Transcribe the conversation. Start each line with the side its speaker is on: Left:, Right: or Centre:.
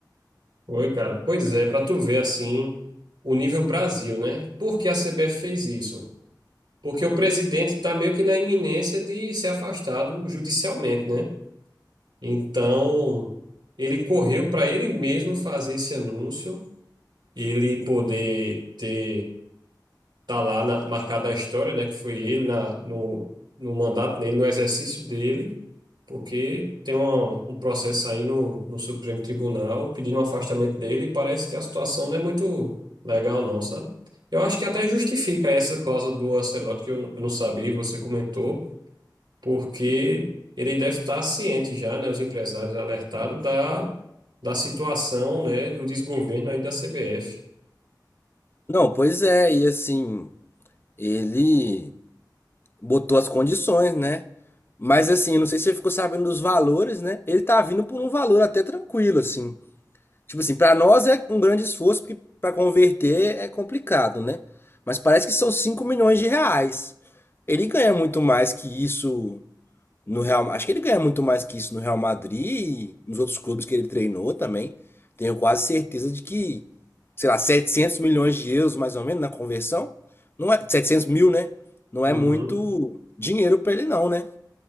Right: Oi, cara. Pois é, pra tu ver, assim, o nível Brasil, né? Por que a CBF fez isso? Porque o presidente tá meio que na iminência de ser afastado judicialmente, né? Então, ele correu para ele mesmo fazer esse anúncio ele poder ter tá lá na, marcado na história, né, que foi ele na, no, no mandato dele, no exercício dele, porque tem uma, um processo aí no, no Supremo Tribunal pedindo o afastamento dele e parece que a situação não é muito legal não, sabe? Eu acho que até justifica essa cláusula do Ancelotti que eu, n- eu não sabia e você comentou, porque ele deve estar ciente já, né, os empresários alertados da da situação, né, do desgoverno aí da CBF.
Left: Não, pois é, e assim, ele botou as condições, né? Mas assim, eu não sei se você ficou sabendo dos valores, né? Ele tá vindo por um valor até tranquilo, assim. Tipo assim, pra nós é um grande esforço, porque pra converter é complicado, né? Mas parece que são 5 milhões de reais. Ele ganha muito mais que isso no Real, acho que ele ganha muito mais que isso no Real Madrid e nos outros clubes que ele treinou também. Tenho quase certeza de que, sei lá, 700 milhões de euros mais ou menos na conversão, não é 700 mil, né? Não
Right: Uhum.
Left: é muito dinheiro para ele não, né?